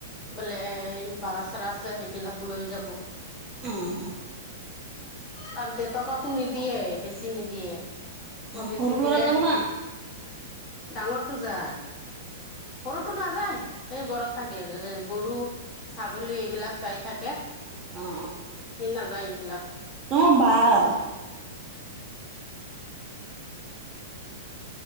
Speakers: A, on the left; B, on the right.
A: বোলে এই ভাৰা চাৰা আছে সেইবিলাক লৈ যাব।
B: উম।
A: তাক দেউতাকো নিদিয়ে বেছি নিদিয়ে, আকৌ বেছি
B: সৰু
A: দিলে-
B: ল'ৰা যাব না
A: ডাঙৰটো যায়, সৰুটো নাযায়। সি ঘৰত থাকে এ গৰু ছাগলী এইবিলাক চাই থাকে।
B: অ
A: সি নাযায় এইবিলাক।
B: অ বাল।